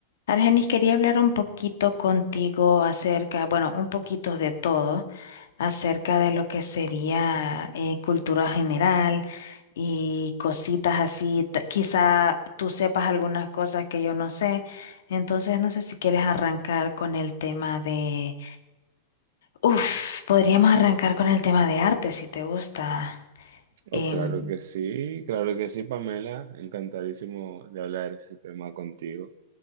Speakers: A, on the left (about 80°); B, on the right (about 70°).
A: Argenis, quería hablar un poquito contigo acerca, bueno, un poquito de todo, acerca de lo que sería eh, cultura general y cositas así. Ta- Quizá tú sepas algunas cosas que yo no sé. Entonces, no sé si quieres arrancar con el tema de... Uf, podríamos arrancar con el tema de arte, si te gusta.
B: Oh,
A: Em,
B: claro que sí, claro que sí, Pamela. Encantadísimo de hablar ese tema contigo.